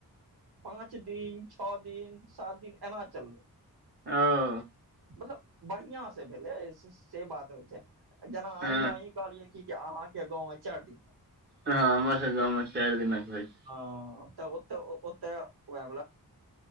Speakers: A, on the right; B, on the right.
A: पाँच दिन छौ दिन सात दिन एना चलतै
B: हं
A: मतलब बढ़िआँ से भेलै से बात होइ छय जेना अही
B: हँ
A: अही कहलियै की जे अहाँ के गाँव में चाइर दिन
B: हँ हमर सब गाँवमे चारि दिना होइ छय
A: हँ तऽ ओतऽ ओतऽएहा